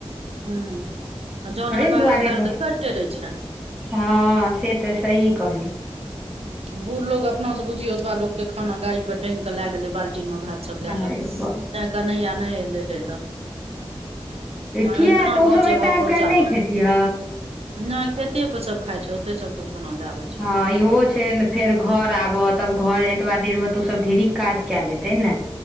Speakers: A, on the right; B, in the centre.
A: ह आ जनहर
B: थोड़े ने दुआरे
A: बाहर कालके
B: पर
A: कटे रहे छै
B: हँ से तऽ सही कहली
A: बुढ़ लोग अपना से बुझियौ ओतबा लोग के खाना गाड़ी पर टैंग के लय गेले बाल्टी मे भात सब कए
B: अरे
A: क तैं कन्नैया नहि ले लै ल मजैना
B: किया तऽ
A: पहुँचे
B: ओसभ एतय
A: भग
B: आबि
A: पहुँचाबै
B: कऽ नहि खेथिह
A: नहि खेतेप सभ खाइ छै ओते सभके खाना दएबै छै
B: हँ इहो छै ने फेर घर आबह तब घर एतबा देर मे तो सब ढेरिक काज क लेते ने